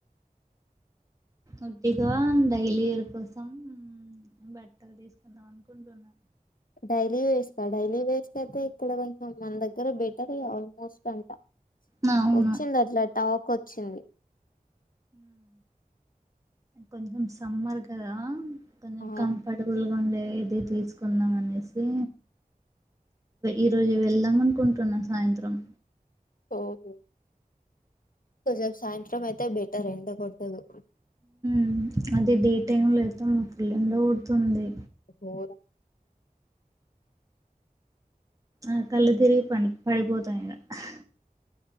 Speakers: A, on the right; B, on the left.
A: అట్టిగా డైలీవేర్ కోసం బట్టలు తీసుకుందాం అనుక్ కొంటున్నా
B: డైలీ వేస్కా డైలీ వేస్క అయితే ఇక్కడ కొంచెం మన దగ్గర బెటర్ అ ఆల్మోస్ట్ అంతా
A: అవును
B: వచ్చింది అట్లా టాక్ వచ్చింది.
A: కొంచం సమ్మర్ గదా కొంచెం
B: ఆ
A: కంఫర్టబుల్ గా ఉండే ఏది తీసుకుందాం అనేసి ఈరోజు వెళ్దాం అనుకుంటున్నా సాయంత్రం
B: ఓహో కొంచం సాయంత్రం అయితే బెటర్ ఎండ కొట్టదు.
A: మ్ అదే డే టైమ్ లోయితే ఫుల్ ఎండ కొడుతుంది.
B: గోరాం
A: ఆ కళ్ళు తిరిగి పని పడిపోతా ఇగ హా